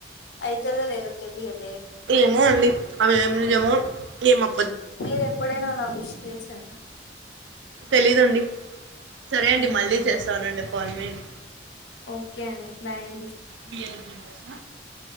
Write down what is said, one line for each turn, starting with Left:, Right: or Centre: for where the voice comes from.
Left: <unintelligible> ఐతే లేన్ తెలీయాద్
Right: ఏమో అండి అవి ఏం నిజమో ఏమో
Left: మీరు ఎప్పుడైనా అలా విష్ చేసారా
Right: తెలీదండి సరే అండి మళ్ళీ చేస్తానండి ఫన్ మిట్
Left: ఓకే అండి బాయ్ అండి
Right: బి యల్ బి మోస <unintelligible>